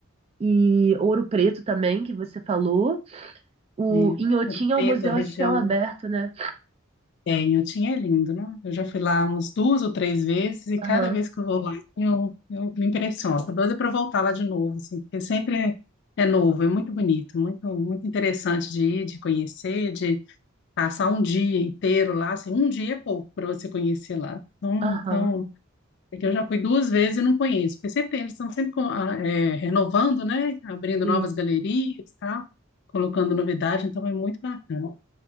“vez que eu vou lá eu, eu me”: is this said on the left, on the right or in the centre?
Left